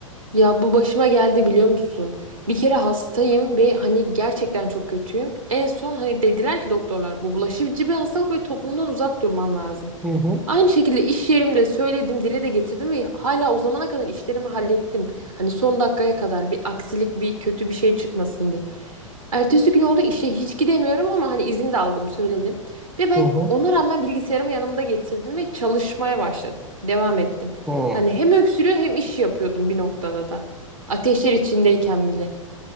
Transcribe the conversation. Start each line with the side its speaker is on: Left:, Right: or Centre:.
Right: Ya bu başıma geldi biliyor musun? Bir kere hastayım ve hani gerçekten çok kötüyüm. En son hani dediler ki doktorlar bu bulaşıcı bir hastalık ve toplumdan uzak durman lazım.
Centre: Hı hı
Right: Aynı şekilde iş yerimde söyledim, dile de getirdim ve hala o zamana kadar işlerimi hallettim. Hani son dakikaya kadar bir aksilik, bir kötü bir şey çıkmasın diye. Ertesi gün oldu işe hiç gidemiyorum ama hani izin de aldım, söyledim. Ve ben
Centre: hı hı.
Right: ona rağmen bilgisayarımı yanımda getirdim ve çalışmaya başladım. Devam ettim.
Centre: hı.
Right: Hani hem öksürüyor hem iş yapıyordum bir noktada da. Ateşler içindeyken bile.